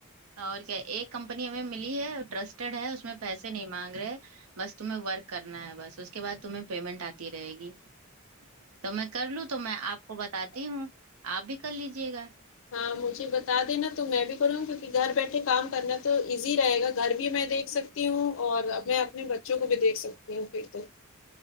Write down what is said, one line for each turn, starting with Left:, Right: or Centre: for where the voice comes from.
Right: اور کیا ایک کمپنی ہمیں ملی ہے ٹرسٹیڈ ہے اس میں پیسے نہیں مانگ رہے بس تمہیں ورک کرنا ہے بس اس کے بعد تمہیں پیمنٹ آتی رہے گی تو میں کر لوں تو میں آپ کو بتاتی ہوں آپ بھی کر لیجیے گا
Left: ہاں مجھے بتا دینا تو میں بھی کروں گی کیوں کہ گھر بیٹھے کام کرنا تو ایزی رہے گا گھر بھی میں دیک دیکھ سکتی ہوں اور
Right: ہوں،
Left: میں اپنے بچوں کو بھی دیکھ سکتی ہوں پھر تو